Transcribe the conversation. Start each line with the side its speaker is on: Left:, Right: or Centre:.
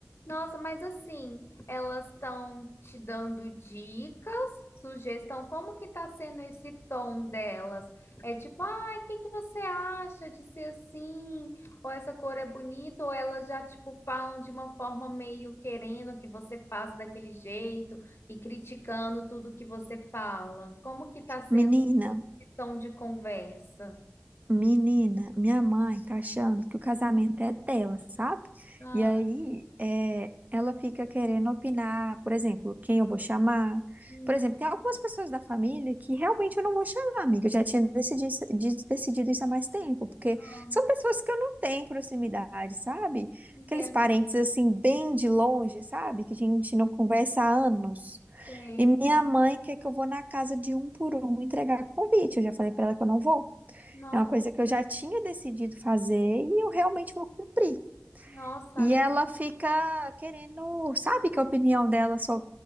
Left: Nossa, mas assim, elas estão te dando dicas, sugestão, como que tá sendo esse tom delas? É tipo, ah, o que que você acha de ser assim? Ou essa cor é bonita? Ou elas já, tipo, falam de uma forma meio querendo que você faça daquele jeito e criticando tudo que você fala? Como que tá sendo
Right: Menina.
Left: esse tom de conversa?
Right: Menina, minha mãe tá achando que o casamento é dela, sabe?
Left: Ah,
Right: E aí, é, ela fica querendo opinar, por exemplo, quem eu vou chamar.
Left: hum,
Right: Por exemplo, tem algumas pessoas da família que realmente eu não vou chamar, amiga. Eu já tinha decidido, isso- de- decidido isso há mais tempo, porque
Left: ah,
Right: são pessoas que eu não tenho proximidade, sabe?
Left: não tenho,
Right: Aqueles parentes,
Left: não
Right: assim, bem de longe, sabe? Que a gente não conversa há anos.
Left: sei.
Right: E minha mãe quer que eu vou na casa de um por um entregar convite. Eu já falei pra ela que eu não vou.
Left: Nossa,
Right: É uma coisa que eu já tinha decidido fazer e eu realmente vou cumprir.
Left: nossa,
Right: E ela fica querendo, sabe, que a opinião dela só